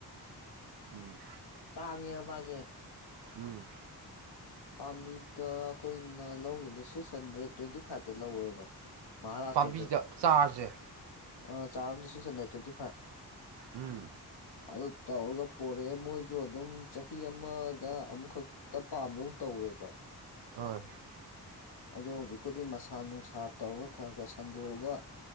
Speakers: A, on the right; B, on the left.
A: ꯎꯝ
B: ꯇꯥꯉꯦ ꯃꯥꯖꯦ
A: ꯎꯝ
B: ꯄꯥꯝꯕꯤꯗ ꯑꯩꯈꯣꯏꯅ ꯂꯧꯒꯤꯕ ꯁꯤꯛꯁ ꯍꯟꯗ꯭ꯔꯦꯠ ꯇ꯭ꯋꯦꯟꯇꯤ ꯐꯥꯏꯚꯇ ꯂꯧꯋꯦꯕ ꯃꯍꯥꯔꯥꯁꯇ꯭ꯔꯗꯩ
A: ꯄꯥꯝꯕꯤꯗ ꯆꯥꯔꯁꯦ
B: ꯑ ꯆꯥꯔ ꯑꯃꯗ ꯁꯤꯁ ꯍꯨꯟꯗꯔ꯭ꯦꯗ ꯇꯤꯟꯠꯌ ꯐꯥ
A: ꯎꯝ
B: ꯑꯗꯨ ꯇꯧꯔꯒ ꯄꯣꯔꯛꯑꯦ ꯃꯣꯏꯁꯨ ꯑꯗꯨꯝ ꯆꯍꯤ ꯑꯃꯗ ꯑꯃꯨꯛꯈꯛꯇ ꯄꯥꯝꯗꯧ ꯇꯧ ꯑꯣꯏꯦꯕ
A: ꯑ
B: ꯑ <unintelligible> ꯑꯗꯣ ꯍꯧꯖꯤꯛꯄꯨꯗꯤ ꯃꯁꯥ ꯅꯨꯡꯁꯥ ꯇꯧꯔꯒ ꯈꯔ ꯈꯔ ꯁꯟꯗꯣꯛꯑꯒ